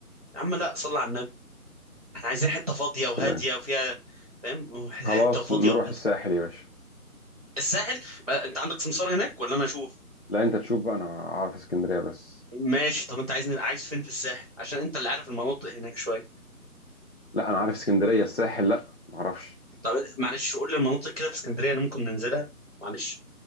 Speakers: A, on the right; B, on the left.
A: يا عم لا صلي على النبي احنا عايزين
B: بس
A: حتة فاضية
B: السلام
A: وهادية وفيها فاهم حتة
B: خلاص
A: فاضية
B: نروح
A: وهادية
B: الساحل يا باشا
A: الساحل بقى انت عندك سمسار هناك ولا انا اشوف
B: لا انت تشوف بقى انا عارف اسكندرية بس
A: ماشي طب انت عايزني عايز فين في الساحل عشان انت اللي عارف المناطق هناك شوية
B: لا انا عارف اسكندريه الساحل لا ما اعرفش
A: طب معلش قول لي المناطق كده في اسكندرية اللي ممكن ننزلها معلش